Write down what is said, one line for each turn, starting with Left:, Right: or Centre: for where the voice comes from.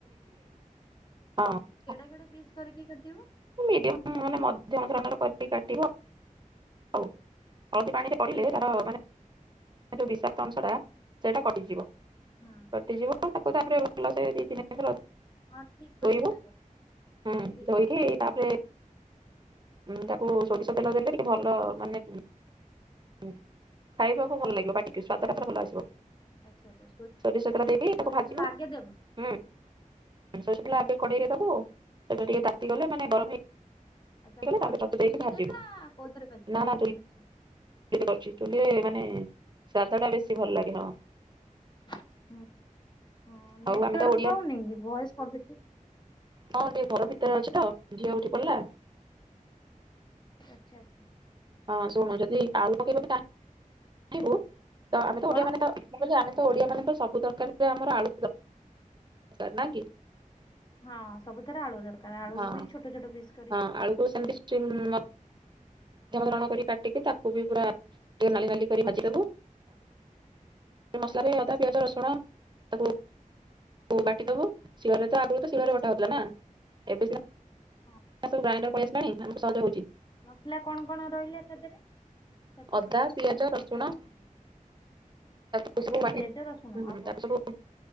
Right: ହଁ <unintelligible>
Left: କେଡା କେଡେ ପିସ୍ କରିକି କଟିବ?
Right: ମିଡିୟମ ମାନେ ମଧ୍ୟମ ଧରଣର କରିକି କାଟିବ ଆଉ। ହଳଦୀ ପାଣିରେ ପଡ଼ିଲେ ତାର
Left: ଆଚ୍ଛା
Right: ମାନେ ବିଷାକ୍ତ ଅଂଶଟା ସେଇଟା କଟିଯିବ।
Left: ହଁ
Right: କଟିଯିବ ତାକୁ
Left: ଆଚ୍ଛା
Right: ତାପରେ
Left: ଆଚ୍ଛା
Right: ଭଲସେ ଦୁଇ ତିନି ଥର ଧୋଇବ।
Left: ହଁ ଠିକ କହିଲୁ ସାଙ୍ଗ ହଁ
Right: ହୁଁ
Left: ଠିକ
Right: ଧୋଇକି
Left: ଠିକ
Right: ତାପରେ ଉଁ ତାକୁ ସୋରିଷ ତେଲ ଦେଲେ କି ଭଲ ମାନେ ହୁଁ ଖାଇବାକୁ ଭଲ ଲାଗିବ ପାଟିକୀ ସୁଆଦ ଟା ତାର ଭଲ ଆସିବ।
Left: ଆଚ୍ଛା ଆଚ୍ଛା
Right: ସୋରିଷ ତେଲ ଦେଇ
Left: ସୋରିଷ
Right: ତାକୁ ଭାଜିବୁ
Left: ତେଲ ଆଗେ
Right: ହୁଁ।
Left: ଦେବ
Right: <unintelligible> ଆଗେ କଡେଇରେ ଦବ ସେଟ ଟିକେ ତା ତାତି ଗଲେ ମାନେ
Left: ହଁ
Right: ଗରମ ହେଇଗଲେ
Left: ଆଚ୍ଛା କଢେଇ
Right: ତା ପରେ ଛତୁ ଦେଇକି
Left: ଚୁଲିରେ
Right: ଭାଯିବୁ
Left: ନା କୋଉଥିରେ ଭାଜିବୁ?
Right: ନା ନା
Left: ଆଚ୍ଛା।
Right: କରୁଚି ଚୁଲିରେ ମାନେ ସ୍ବାଦ ଟା ବେଶୀ ଭଲ ଲାଗେ ହଁ।
Left: ହଁ ହଁ
Right: ହଉ
Left: ନେଟୱାର୍କ
Right: ଆମେ ତ ଓଡିଆ
Left: ପାଉନି କି ଭୟସ କଟୁଛି?
Right: ହଁ ଟିକେ ଘର ଭିତରେ ଅଛି ତ ଝିଅ ଉଠି ପଡିଲା।
Left: ଆଛା ଆଛା।
Right: ହଁ ଶୁଣେ ଯଦି ଆଳୁ ପକେଇବେ ତା ୁ <unintelligible> ତ ଆମେ ତ
Left: କଣ?
Right: ଓଡିଆ ମାନେ ତ ମୁଁ କହିଲି
Left: ଶୁଭୁନି
Right: ଆମେ ତ ଓଡିଆ ମାନଙ୍କ ସବୁ ତରକାରୀ ସେ ଆମର ଆଳୁ ଦରକାର <unintelligible> ନା କି?
Left: ହଁ ସବୁଥିରେ ଆଳୁ ଦରକାର ଆଳୁକୁ
Right: ହଁ
Left: ବି ଛୋଟ ଛୋଟ ପିଶ୍
Right: ହଁ ଆଳୁକୁ ସେମିତି ସ୍ଟିମ ଣ <unintelligible> କରି କାଟିକି ତାକୁ ବି ପୁରା ଟିକ ନାଲି ନାଲି କରି ଭାଜିଦବୁ। ମସଲା
Left: ଆଜ୍ଞା
Right: ରେ ଅଦା ପିଆଜ ରସୁଣ ତାକୁ ତୁ ବାଟିଦବୁ ଶିଳରେ ତ ଆଗରୁ ତ ଶିଳରେ ବଟା ହଉଥିଲା ନା ଏବେ ସିନା
Left: ହ
Right: ସବୁ ଗ୍ରାଇଣ୍ଡର
Left: ହଁ
Right: ପଳେଇ ଆସିଲାଣି ଆମକୁ ସହଜ ହଉଛି
Left: ମସଲା କଣ କଣ ରହିଲା ତା ଦେହରେ? ଛତୁରେ
Right: ଅଦା
Left: ଛତୁ
Right: ପିଆଜ
Left: ପାଇଁ ମସଲା
Right: ରସୁଣ
Left: କଣ
Right: ତାକୁ
Left: ଅଦା
Right: ସବୁ ବାଟି
Left: ପିଆଜ ରସୁଣ ଆଉ କଣ?
Right: ତାକୁ ସବୁ